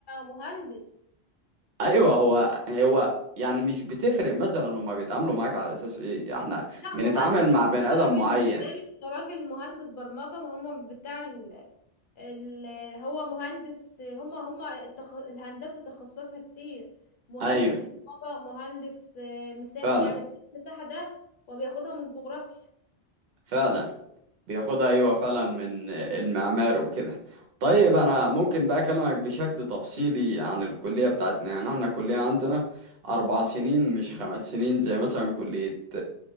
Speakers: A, on the left (about 60°); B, on the right (about 65°).
A: مهندس
B: ايوه هو هو يعني مش بتفرق مثلا هم بيتعاملوا معاك على اساس ايه احنا
A: لا
B: بنتعامل
A: مهندس
B: مع بني ادم
A: انا بالنسبه
B: معين
A: لي إنت راجل مهندس برمجه ما هم بتاع ال... ال... هو مهندس هم هم التخ... الهندسه تخصصاتها كتير مهندس
B: ايوه
A: برمجه مهندس آه، مساحه
B: فعلا
A: يعني مساحه ده وبياخدها من الجغرافيا
B: فعلا بياخدها ايوه فعلا من المعمار وكده طيب انا ممكن بقى اكلمك بشكل تفصيلي عن الكليه بتاعتنا يعني احنا الكليه عندنا اربع سنين مش خمس سنين زي مثلا كليه